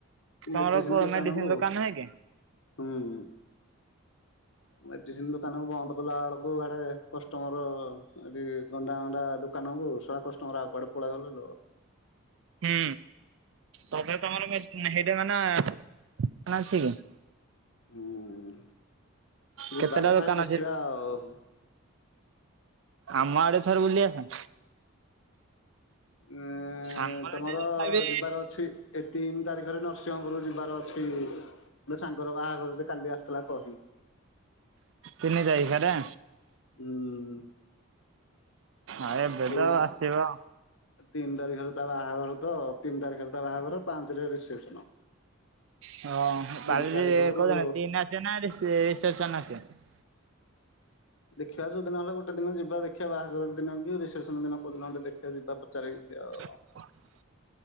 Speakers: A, on the right; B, on the left.
A: ତମର
B: ମେଡିସିନ
A: କୋ
B: ଦୋକାନକୁ
A: ମେଡିସିନ ଦୋକାନ ହେ କି?
B: ହୁଁ। ମେଡିସିନ ଦୋକାନ କୁ ବନ୍ଦ କଲା ବେଳକୁ ଆଡେ କଷ୍ଟମର ଏଠି ଗଣ୍ଡା ଗଣ୍ଡା ଦୋକାନକୁ ସଳା କଷ୍ଟମର ଆଉ କଆଡେ ପଳ ଗଲେ ଲୋ
A: ହୁଁ ତମେ ତମର ହେଇଟା ମାନେ ଅଛି କି
B: ହୁଁ
A: କେତେଟା
B: ଯିବା ତଥାପି
A: ଦୋକାନ
B: ଦେଖିବା
A: ଅଛି?
B: ଆଉ।
A: ଆମ ଆଡେ ଥରେ ବୁଲି ଆସ।
B: ଉଁ
A: ଆମର
B: ତମର
A: ଏଠି ତଥାପି
B: ଯିବାର ଅଛି ଏ ତିନି ତାରିଖରେ ନରସିଂହପୁର ଯିବାର ଅଛି। ସାଙ୍ଗର ବାହାଘର ଯେ କାଲି ଆସିଥିଲା କହି।
A: ତିନି ତାରିଖରେ?
B: ହୁଁ।
A: ଆଁ ଏବେ
B: ଏଇ
A: ତ ଆଉ ଆସିବ ଆଉ।
B: ତିନି ତାରିଖରେ ତା ବାହାଘର ତ ତିନି ତାରିଖରେ ତା ବାହାଘର ପାଞ୍ଚରେ ରିସେପସନ।
A: ହଁ
B: ତିନି
A: କ
B: ତାରିଖରୁ
A: କହୁ ତିନ ଆସିବେ ନା ରିସେପସନ ଆସିବେ <unintelligible>
B: ଦେଖିବା ଯୋଉଦିନ ହେଲେ ଗୋଟେ ଦିନ ଯିବା ଦେଖିବା ବାହାଘର ଦିନ କି ରସପ୍ସନ ଦିନ କୋଉ ଦିନ ଗୋଟେ ଦେଖିବା ଯିବା ପଚାରି ଆଉ।
A: ହ <unintelligible>